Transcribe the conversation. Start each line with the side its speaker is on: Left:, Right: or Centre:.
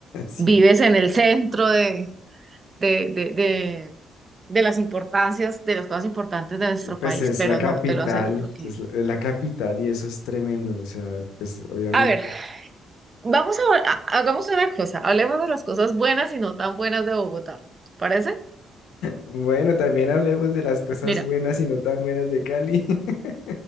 Left: Sí.
Right: vives en el centro de de, de, de, de las importancias, de las cosas importantes de nuestro país,
Left: Pues es
Right: pero
Left: la capital,
Right: no, te lo aseguro que...
Left: es la, es la capital y eso es tremendo. O sea, pues obviamente.
Right: A ver, vamos a, ha- hagamos una cosa, hablemos de las cosas buenas y no tan buenas de Bogotá, ¿te parece?
Left: Bueno, también hablemos de las cosas
Right: Mira,
Left: buenas y no tan buenas de Cali. <laughs>